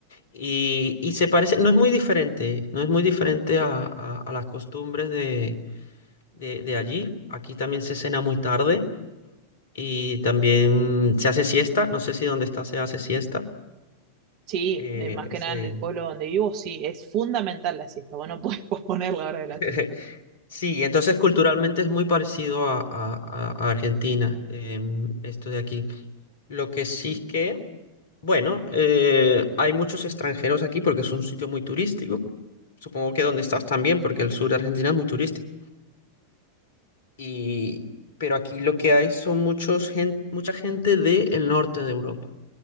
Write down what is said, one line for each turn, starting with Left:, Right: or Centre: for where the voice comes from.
Left: Y, y se parece, no es muy diferente, no es muy diferente a, a- a las costumbres de, de, de allí. Aquí también se cena muy tarde y también se hace siesta. No sé si donde está se hace siesta.
Right: Sí,
Left: Eh,
Right: eh, más que
Left: ese-
Right: nada en el pueblo donde vivo, sí, es fundamental la siesta, vos no podés <laughs> posponer la hora de
Left: <laughs>
Right: la siesta.
Left: Sí, entonces culturalmente es muy parecido a, a- a- a Argentina, em, esto de aquí. Lo que sí es que Bueno, eh, hay muchos extranjeros aquí porque es un sitio muy turístico. Supongo que donde estás también, porque el sur de Argentina es muy turístico. Y, pero aquí lo que hay son muchos gen- mucha gente del norte de Europa.